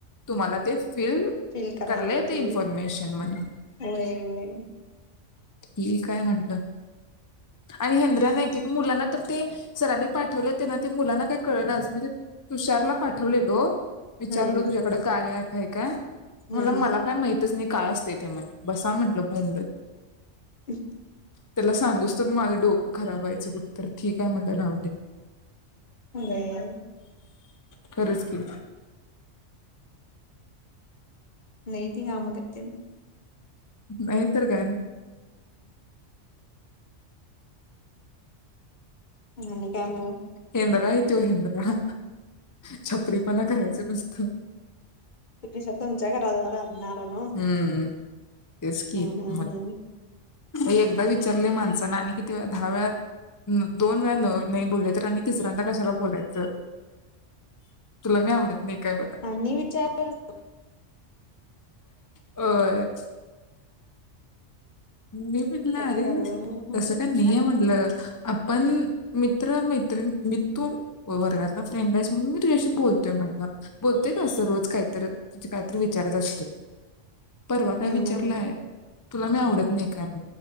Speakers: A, on the left; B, on the left.
A: तुम्हाला ते फिल
B: फील करायला
A: कराला
B: येते
A: येत इन्फॉर्मेशन म्हणून
B: होय होय
A: ठीक हाय म्हटलं आणि हेंद्रा
B: ते
A: ना एक एक मुलांना तर ते सरांनी पाठवले त्यांना ते मुलांना काही कळ नाच मी ते तुषारला पाठवलेलो. विचारल
B: हम्म
A: तुझ्याकड कार्या ऍप हाय का म्हणलो
B: हम्म
A: मला काय माहितच नई काय असतेय ते म्हण बसा म्हंटलं बोंबडत
B: <unintelligible>
A: त्याला सांगूचतोवर माझं डोकं खराब व्हायचं कुठ तर ठीक आहे म्हणलं राहू दे
B: <unintelligible>
A: खरच की
B: नाही ती काम करत्यानं
A: नाही तर काय
B: आणि काय मग
A: हेंद्र आहित तो हेंद्रा छपरीपणा करायचं नुसतं
B: तुमच्या घराजवळ राहणार नव्ह
A: हम्म तेचं की
B: हम्म हम्म
A: मंद
B: हम्म
A: एकदा विचारले माणसान आणि किती दहा वेळा, दोन वेळा न नाही बोलले तर आणि तिसऱ्यांदा कशाला बोलायचं? तुला मी आवडत नाही का म्हणा
B: आणि विचारल
A: होय. मी म्हटलं
B: चपल
A: अरे
B: काढूया म्हणून
A: तसं काय नाइये म्हण ल आपण मित्र मैत्रिण मी तू वर्गातला फ्रेंड आहेस म्हणून मी तुझ्याशी बोलतोय म्हणलं, बोलतोय का असं रोज काहीतरी तु काहीतरी विचारत असतोय. परवा काय
B: हम्म
A: विचारलाय तुला मी आवडत नाही काय